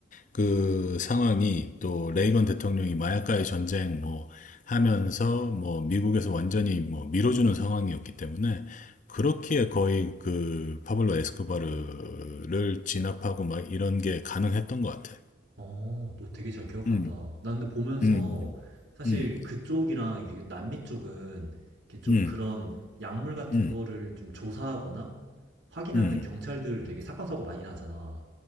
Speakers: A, on the left (about 40°); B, on the right (about 70°).
A: 그 상황이 또 레이건 대통령이 마약과의 전쟁 뭐 하면서 뭐 미국에서 완전히 뭐 밀어주는 상황이었기 때문에 그렇기에 거의 그 파블로 에스코바르를 진압하고 막 이런 게 가능했던 것 같아.
B: 어, 너 되게 잘 기억한다.
A: 음.
B: 나 근데 보면서
A: 음.
B: 사실
A: 음.
B: 그쪽이랑 이게 남미 쪽은 이렇게 좀
A: 음.
B: 그런 약물 같은
A: 음.
B: 거를 좀 조사하거나 확인하는
A: 음.
B: 경찰들 되게 사건 사고 많이 나잖아.